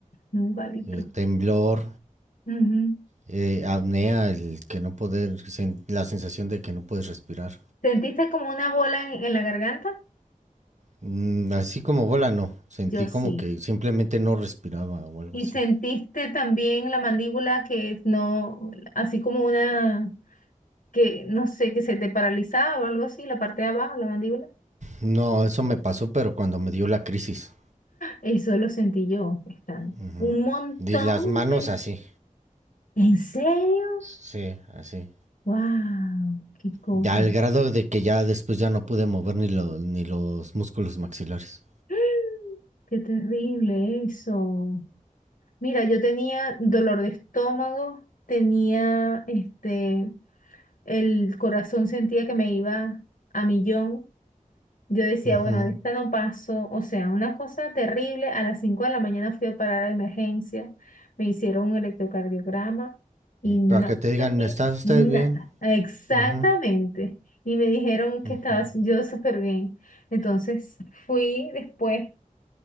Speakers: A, on the left; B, on the right.
A: Igualito.
B: eh, temblor,
A: Ujú.
B: eh, apnea, el que no poder, sen- la sensación de que no puedes respirar.
A: ¿Sentiste como una bola en, en la garganta?
B: Mm, así como bola, no. Sentí
A: Yo sí.
B: como que simplemente no respiraba o algo
A: ¿Y
B: así.
A: sentiste también la mandíbula que no, así como una, que no sé, que se te paralizaba o algo así, la parte de abajo, la mandíbula?
B: No, eso me pasó, pero cuando me dio la crisis.
A: Eso lo sentí yo, están.
B: Ujú.
A: Un montón
B: Y las manos
A: de...
B: así.
A: ¿En serio?
B: Sí, así.
A: ¡Wow! ¡Qué cosa!
B: Ya al grado de que ya después ya no pude mover ni, lo- ni los músculos maxilares.
A: <gasps> Qué terrible eso. Mira, yo tenía dolor de estómago, tenía este, el corazón sentía que me iba a millón. Yo decía,
B: Ujú.
A: bueno, de esta no paso. O sea, una cosa terrible. A las 5 de la mañana fui a parar a emergencia. Me hicieron un electrocardiograma y no
B: Para que te
A: saqué
B: digan, ¿está usted
A: nada.
B: bien?
A: Exactamente.
B: Ujú,
A: Y me dijeron que
B: ujú.
A: estaba yo súper bien. Entonces fui después